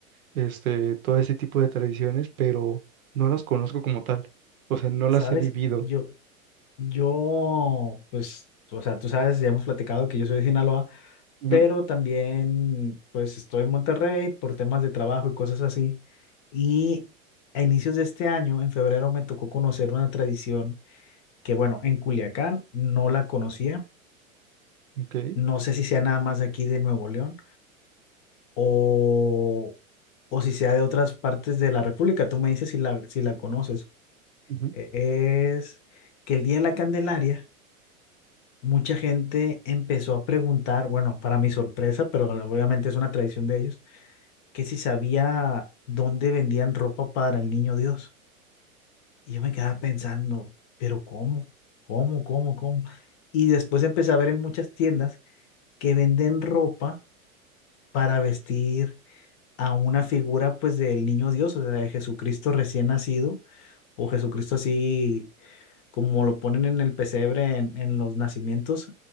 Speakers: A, on the right (about 75°); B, on the left (about 40°).
A: este, todo ese tipo de tradiciones, pero no las conozco como tal. O sea, no
B: ¿Sabes?
A: las he vivido.
B: Yo, yo, pues, o sea, tú sabes, ya hemos platicado que yo soy de Sinaloa,
A: Ujú,
B: pero también, pues, estoy en Monterrey por temas de trabajo y cosas así. Y a inicios de este año, en febrero, me tocó conocer una tradición que, bueno, en Culiacán no la conocía.
A: ok,
B: No sé si sea nada más de aquí de Nuevo León o, o si sea de otras partes de la República. Tú me dices si la, si la conoces.
A: ujú,
B: E- Es que el Día de la Candelaria, mucha gente empezó a preguntar, bueno, para mi sorpresa, pero obviamente es una tradición de ellos, que si sabía dónde vendían ropa para el niño Dios. Y yo me quedaba pensando, pero ¿cómo? ¿Cómo? ¿Cómo? ¿Cómo? Y después empecé a ver en muchas tiendas que venden ropa para vestir a una figura pues del niño Dios, o sea, de Jesucristo recién nacido, o Jesucristo así como lo ponen en el pesebre en, en los nacimientos,